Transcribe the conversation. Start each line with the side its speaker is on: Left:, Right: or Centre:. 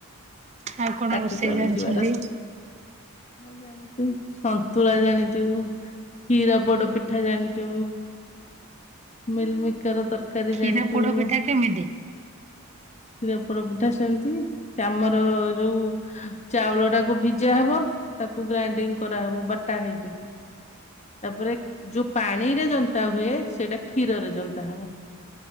Right: ଆଉ କଣ
Left: ପାଟି
Right: ରୋଷେଇ
Left: ଚଳିଯିବାର
Right: ଜାଣିଛନ୍ତି?
Left: ସ ଆଉ ଜାଣିଛୁ ସନ୍ତୁଳା ଜାଣିଛୁ କ୍ଷୀର ପୋଡ ପିଠା ଜାଣିଛୁ ମିଲମିକାର ତରକାର କରି
Right: କ୍ଷୀର
Left: ଜାଣିଛୁ
Right: ପୋଡ
Left: କ୍ଷୀର
Right: ପିଠା କେମିତି?
Left: ପୋଡ ପିଠା ସେମିତିମର ଯୋଉ ଚାଉଳ ଟାକୁ ଭିଜା ହବ ତାକୁ ଗ୍ରାଇଣ୍ଡିଙ୍ଗ କରାହବ ବଟା ହେଇକି ତାପରେ ଯୋଉ ପାଣିରେ ଜନ୍ତା ହୁଏ ସେଇଟା କ୍ଷୀରରେ ଜନ୍ତା ହବ